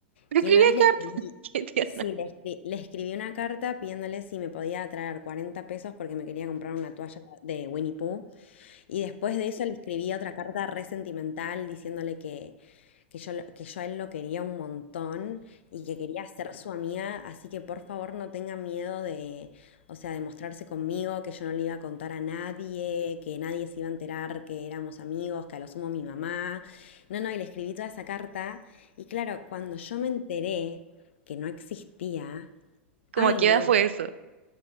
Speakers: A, on the right (about 85°); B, on the left (about 75°).
A: Pero
B: que
A: escribía
B: una vez le
A: cartas,
B: escribí,
A: <laughs> qué tierna.
B: sí, le escri- le escribí una carta pidiéndole si me podía traer 40 pesos porque me quería comprar una toalla de Winnie Pooh y después de eso le escribí otra carta re sentimental diciéndole que, que yo, lo- que yo a él lo quería un montón y que quería ser su amiga, así que por favor no tenga miedo de, o sea, de mostrarse conmigo, que yo no le iba a contar a nadie, que nadie se iba a enterar que éramos amigos, que a lo sumo mi mamá. No, no, y le escribí toda esa carta y claro, cuando yo me enteré que no existía,
A: ¿Cómo
B: ay
A: a qué
B: no,
A: edad <laughs> fue eso?